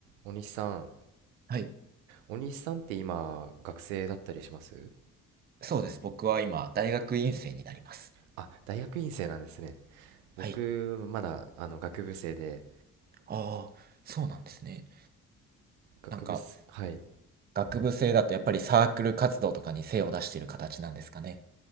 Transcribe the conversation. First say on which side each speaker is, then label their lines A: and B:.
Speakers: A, on the right; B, on the right.
A: に西さん、
B: はい。
A: に西さんって今、学生だったりします
B: そうです。僕は今、大学院生になります。
A: あ、大学院生なんですね。
B: はい。
A: 僕、まだ、あの、学部生で、
B: ああ、そうなんですね。
A: 学部す、
B: なんか、
A: はい。
B: 学部生だとやっぱりサークル活動とかに精を出してる形なんですかね。